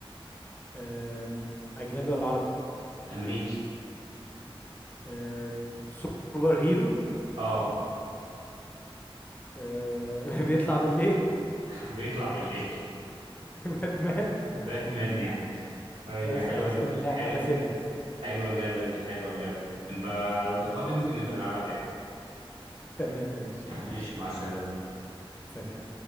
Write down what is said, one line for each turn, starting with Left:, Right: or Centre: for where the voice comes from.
Left: أه... أجنبي ولا عربي
Right: امريكي
Left: أه... سوبر هيرو
Right: اه
Left: أه... <laughs> بيطلع بالليل
Right: بيطلع بالليل <laughs>
Left: <laughs> باتمان
Right: باتمان يعني طيب
Left: بس
Right: يا حلوه
Left: خلاص
Right: ال-
Left: كده اللعبة
Right: حلو
Left: سهلت كده
Right: حلوه
Left: خلاص
Right: اللعبه دي حلوه اللعبه دي نبقى لو انت فاضي ممكن نبقى نلعبها تاني
Left: تمام يا باشا
Right: ماشي
Left: ماشي
Right: مع السلامه
Left: سلام